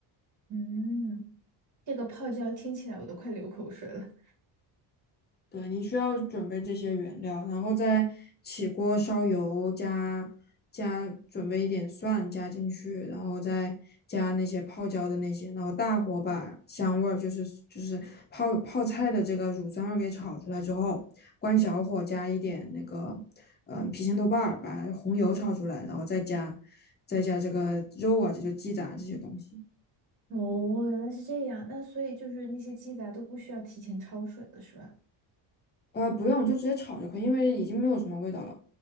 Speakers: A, on the right; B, on the left.
A: 嗯，这个泡椒听起来我都快流口水了。
B: 对，你需要准备这些原料，然后再起锅烧油，加加准备一点蒜加进去，然后再加那些泡椒的那些，然后大火把香味儿，就是就是泡泡菜的这个乳酸味儿给炒出来之后，关小火加一点那个嗯、呃郫县豆瓣儿，把红油炒出来，然后再加再加这个肉啊，这就鸡杂这些东西。
A: 哦，原来是这样。那所以就是那些鸡杂都不需要提前焯水了，是吧？
B: 呃，不用，就直接炒就可以，因为已经没有什么味道了。